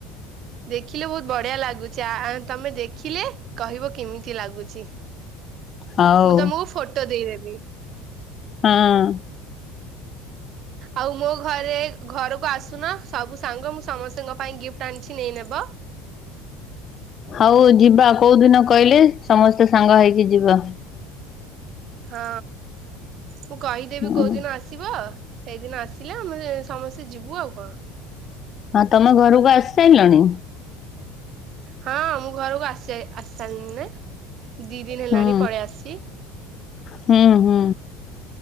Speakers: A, on the right; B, on the left.
A: ଦେଖିଲେ ବହୁତ ବଢିଆ ଲାଗୁଚି। ଆ ଆଁ ତମେ ଦେଖିଲେ କହିବ କେମିତି ଲାଗୁଚି?
B: ହଉ
A: ମୁଁ ତମକୁ ଫଟୋ ଦେଇଦେବି।
B: ହଁ।
A: ଆଉ ମୋ ଘରେ ଘରକୁ ଆସୁନ ସବୁ ସାଙ୍ଗ ମୁଁ ସମସ୍ତଙ୍କ ପାଇଁ ଗିଫ୍ଟ ଆଣିଛି ନେଇ ନେବ।
B: ହଉ ଯିବା କୋଉ ଦିନ କହିଲେ ସମସ୍ତେ ସାଙ୍ଗ ହେଇକି ଯିବା।
A: ହଁ ମୁଁ କହିଦେବି
B: ହୁଁ
A: କୋଉଦିନ ଆସି ଆସିବ ସେଇଦିନ ଆସିଲେ ଆମେ ସମସ୍ତେ ଯିବୁ ଆଉ କଣ?
B: ହଁ ତମ ଘରକୁ ଆସି ସାରିଲଣି?
A: ହଁ ମୁଁ ଘରକୁ ଆସି ଆସିସାରିଲିନି ନା ଦି ଦିନ ହେଲାଣି
B: ହୁଁ
A: ପଳେଇ ଆସିଛି
B: ହୁଁ ହୁଁ।